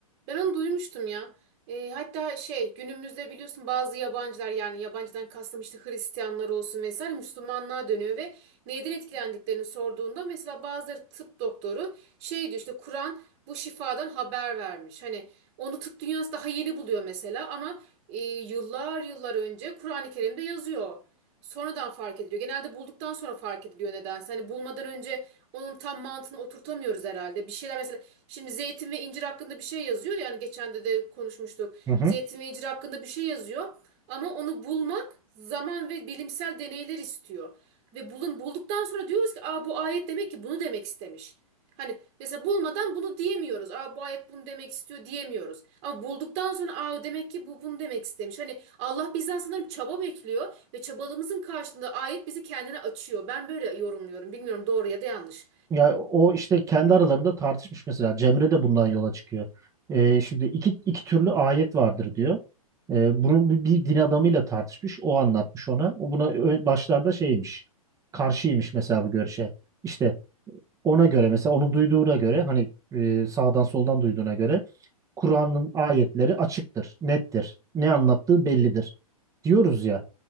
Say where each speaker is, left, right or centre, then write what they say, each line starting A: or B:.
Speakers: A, on the right; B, on the right.
A: Ben onu duymuştum ya. E, hatta şey günümüzde biliyorsun bazı yabancılar yani yabancıdan kastım işte Hristiyanlar olsun vesaire Müslümanlığa dönüyor ve neyden etkilendiklerini sorduğunda mesela bazıları tıp doktoru şey diyor işte Kur'an bu şifadan haber vermiş. Hani onu tıp dünyası daha yeni buluyor mesela ama e, yıllar yıllar önce Kur'an-ı Kerim'de yazıyor. Sonradan fark ediliyor. Genelde bulduktan sonra fark ediliyor nedense. Hani bulmadan önce onun tam mantığını oturtamıyoruz herhalde. Bir şeyler mesela şimdi zeytin ve incir hakkında bir şey yazıyor. Yani geçen de de konuşmuştuk.
B: Hı hı.
A: Zeytin ve incir hakkında bir şey yazıyor. Ama onu bulmak zaman ve bilimsel deneyler istiyor. Ve bulun bulduktan sonra diyoruz ki Aa, bu ayet demek ki bunu demek istemiş. Hani mesela bulmadan bunu diyemiyoruz. Aa bu ayet bunu demek istiyor diyemiyoruz. Ama bulduktan sonra aa demek ki bu bunu demek istemiş. Hani Allah bizden sanırım çaba bekliyor ve çabalığımızın karşılığında ayet bizi kendine açıyor. Ben böyle yorumluyorum. Bilmiyorum doğru ya da yanlış.
B: Ya o işte kendi aralarında tartışmış mesela. Cemre de bundan yola çıkıyor. Ee, şimdi iki, iki türlü ayet vardır diyor. Ee, bunu bir, bir din adamıyla tartışmış. O anlatmış ona. O buna ö- başlarda şeymiş. Karşıymış mesela bu görüşe. İşte ona göre mesela onu duyduğuna göre hani e, sağdan soldan duyduğuna göre Kur'an'ın ayetleri açıktır, nettir. Ne anlattığı bellidir diyoruz ya.